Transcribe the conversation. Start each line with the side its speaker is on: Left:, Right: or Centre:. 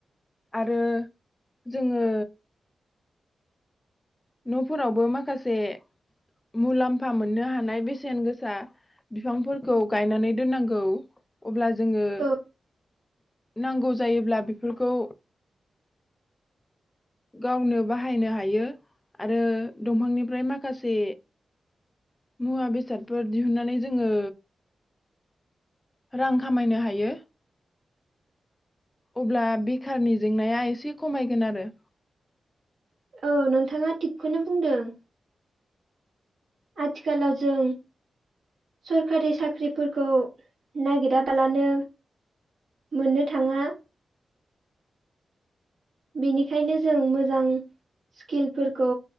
Left: आरो जोङो न' फोरावबो माखासे जे मुलाम्फा मोननो हानाय बेसेन गोसा बिफांफोरखौ गायनानै दोननांगौ अब्ला जोङो
Right: औ
Left: नांगौ जायोब्ला बेफोरखौ। गावनो बाहायनो हायो आरो दंफांनिफ्राय माखासे मुवा बेसादफोर दिहुनन्नानै जोङो रां खामायनो हायो अब्ला बे खारनि जेंनाया एसे खमायगोन आरो ।
Right: औ नोंथाङा थिगखौनो बुंदों । आथिखालाव जों सरखारि साख्रिफोरखौ नागिराबालानो मोननो थाङा । बेनिखायनो जों मोजां स्किलफोरखौ